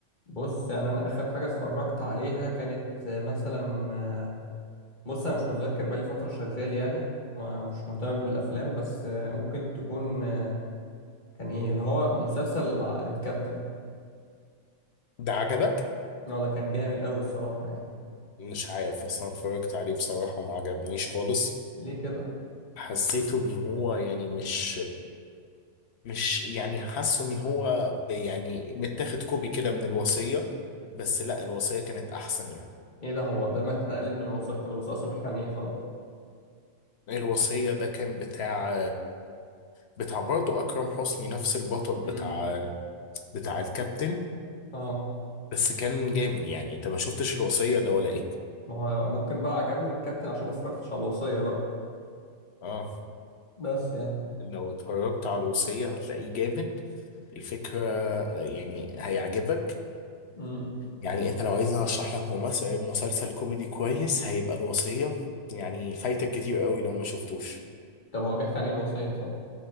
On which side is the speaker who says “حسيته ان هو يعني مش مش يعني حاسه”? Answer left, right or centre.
Left